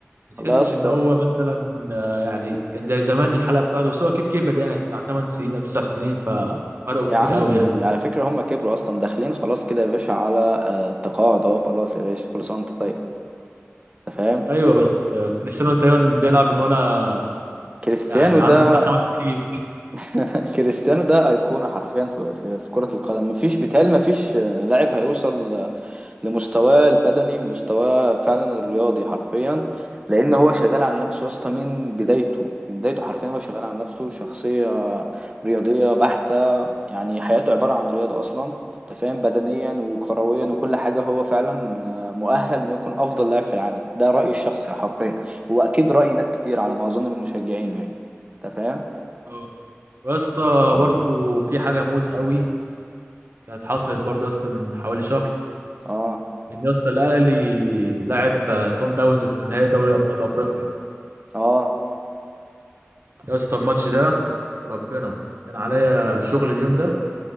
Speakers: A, on the right; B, on the right.
A: ما تحسش
B: والله يا اسطى
A: ان هو مثلا آه، يعني كان زي زمان الحلقه بتاعته بس هو اكيد كبر يعني بتاع 8 سنين او 9 سنين ففرقوا كتير
B: يا عمي
A: قوي يعني
B: على فكره هم كبروا اصلا داخلين خلاص كده يا باشا على آه، التقاعد اهو خلاص يا باشا كل سنه وانت طيب انت فاهم
A: ايوه بس آه، كريستيانو تقريبا بيلعب من وانا
B: كريستيانو
A: يعني
B: ده
A: عندي بتاع خمس سنين
B: <laughs> كريستيانو ده ايقونه حرفيا في, في, في كره القدم مفيش بيتهيألي مفيش آه، لاعب هيوصل لمستواه البدني ومستواه فعلا الرياضي حرفيا لان هو شغال على نفسه يا اسطى من بدايته من بدايته حرفيا هو شغال على نفسه شخصيه رياضيه بحته يعني حياته عباره عن رياضه اصلا انت فاهم بدنيا وكرويا وكل حاجه هو فعلا مؤهل انه يكون افضل لاعب في العالم ده رايي الشخصي حرفيا هو اكيد راي ناس كتير على ما اظن من مشجعينه يعني انت فاهم
A: آه. ويا اسطى برضه في حاجه موت قوي كانت حصلت برضه يا اسطى من حوالي شهر
B: اه
A: ان يا اسطى الاهلي لعب آه، صن داونز في نهائي دوري ابطال افريقيا
B: اه
A: يا اسطى الماتش ده وربنا كان عليا شغل اليوم ده